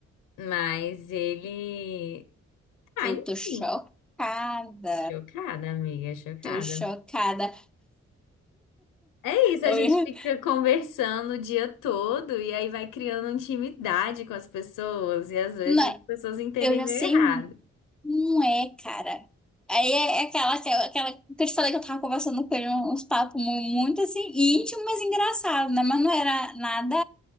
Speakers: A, on the left; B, in the centre.
A: Mas ele. Ah,
B: eu
A: enfim,
B: tô chocada.
A: chocada, amiga, chocada.
B: Tô chocada.
A: É isso,
B: Eu,
A: a gente fica conversando o dia todo e aí vai criando intimidade com as pessoas e às vezes
B: não,
A: as pessoas entendem
B: eu já
A: meio
B: sei.
A: errado.
B: Não é, cara. Aí é é aquela, aquela, aquela que eu te falei que eu tava conversando com ele uns papos mu- muito assim, íntimo, mas engraçado, né? Mas não era nada,